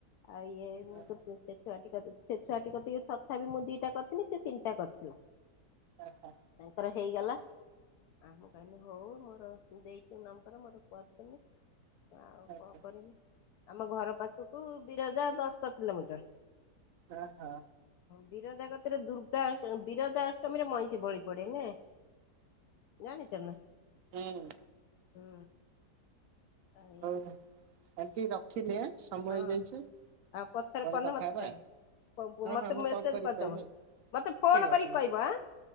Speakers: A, on the left; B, on the right.
A: ଆଉ ଇଏ
B: ହୁଁ
A: ମୁଁ <unintelligible> ସେ ଛୁଆଟି କତିକି ତଥାପି ମୁଁ ଦିଟା କରିଥିଲି ସେ ତିନିଟା କରିଥିଲା।
B: ଓହୋ
A: ତାଙ୍କର ହେଇଗଲା ଆଙ୍କୁ କହିଲି ହଉ ମୋର ଦେଇଛୁ ନମ୍ବର। ମୋର କରିଦେମେ। ଆଉ
B: ଓକେ
A: କଣ କରମି। ଆମ ଘର ପାଖକୁ ବିରଜା ଦଶ କିଲୋମିଟର।
B: ଓ ହୋ।
A: ବିରଜା କତିରେ ଦୁର୍ଗା ବିରଜା ଅଷ୍ଟମୀରେ ମଇଁଷି ବଳି ପଡେ ନୁହେଁ। ଜାଣିଛ ନା।
B: ହୁଁ।
A: ହୁଁ। ଏଇ
B: ଓହୋ ଆଣ୍ଟି ରଖିଲି ଆଁ। ସମୟ
A: ହଁ
B: ହେଇଯାଇଛି
A: ଆଉ ପଥରେ
B: ପରେ
A: ପଡିନେ
B: କଥା
A: ମତେ
B: ହବା।
A: କହିବ
B: ହଁ
A: ମତେ
B: ହଁ ମୁଁ
A: ମେସେଜ
B: କଲ୍ କରିକି
A: କରିଦବ
B: କହିବି
A: ମତେ ଫୋନ
B: ଠିକ୍ ଅଛି
A: କରିକି
B: ମିସ୍
A: କହିବ ଆଁ